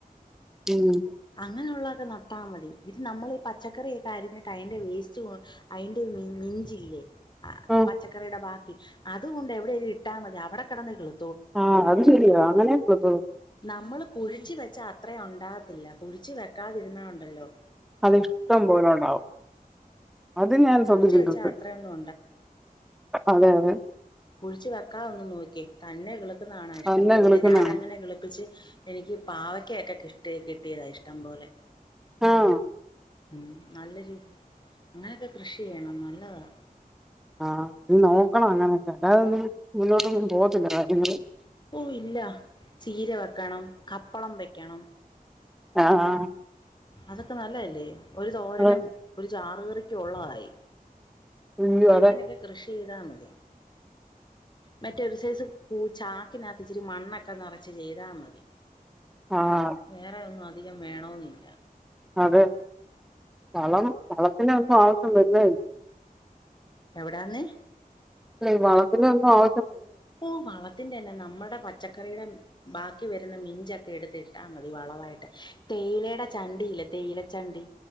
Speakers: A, in the centre; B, on the left (about 30°).
A: ഉം
B: അങ്ങനെയുള്ളതൊക്കെ നട്ടാ മതി ഇത് നമ്മൾ ഈ പച്ചക്കറിയൊക്കെ അരിഞ്ഞിട്ട് അയിന്റെ വേസ്റ്റ് കൊ അയിന്റെ മി മിഞ്ചില്ലേ ആ
A: ആഹ്
B: പച്ചക്കറിയുടെ ബാക്കി അതുകൊണ്ട് എവിടേലും ഇട്ടാ മതി അവിടെ കടന്നഴുകും
A: ആ അത് ശരിയാ അങ്ങനേം <unintelligible>
B: നമ്മള് കുഴിച്ച് വെച്ച അത്രയും ഒണ്ടാകത്തില്ല കുഴിച്ചു വെക്കാതിരുന്നഒണ്ടല്ലോ
A: അത് ഇഷ്ട്ടം പോലെ ഉണ്ടാവും അത് ഞാൻ ശ്രദ്ധിച്ചിട്ടുണ്ട്
B: കുഴിച്ച് വെച്ചാ അത്രയൊന്നും
A: അതെ അതെ
B: കുഴിച്ചു വെക്കാതൊന് നോക്യെ തന്നെ കിളിക്കന കാണാം ഇഷ്ടം
A: നല്ല
B: പോലെ
A: കിളുക്കുന്നതാണ്
B: ഞാൻ അങ്ങനെ കിളിപ്പിച്ച് എനിക്ക് പാവക്ക ഒകെ കി ട്ടി കിട്ടിയതാ ഇഷ്ടം പോലെ
A: ആഹ്
B: ഉം നല്ല രീതി അങ്ങനക്കെ കൃഷി ചെയ്യണം നല്ലതാ
A: ആഹ് ഇനി നോക്കണം അങ്ങനെക്കെ അല്ലാതൊന്നും മുന്നോട്ടൊന്നും പോത്തില്ല കാര്യങ്ങള്
B: ഓ ഇല്ല ചീര വെക്കണം കപ്പളം വെ ക്കണം
A: ആഹ
B: അതൊക്കെ നല്ലല്ലേ ഒരു തോരനും
A: അതെ
B: ഒരു ചാറുകറിക്ക് ഉള്ളതായി
A: അയ്യോ
B: അങ്ങനെയൊക്കെ
A: അതെ
B: കൃഷി ചെയ്താ മതി മറ്റൊരു സൈസ് കൂ ചാക്കിനത്ത് ഇച്ചിരി മണ്ണൊക്കെ നിറച്ച് ചെയ്താ മതി
A: ആഹ്
B: വേറെ ഒന്നും അധികം വേണോന്നില്ല
A: അതെ വളം വളത്തിൻ്റെ ഒന്നും ആവശ്യം വരുന്നെഇല്ല
B: എവിടാന്ന്?
A: ലേ വളത്തിന്റെ ഒന്നും ആവ
B: ഈ വളത്തിന്റെയല്ല നമ്മുടെ പച്ചക്കറിയുടെ ബാക്കി വരുന്ന മിഞ്ചൊക്കെ എടുത്ത് ഇട്ടാ മതി വളവായിട്ട്. തേയിലയുടെ ചണ്ടി ഇല്ലേ? തേയിലച്ചണ്ടി.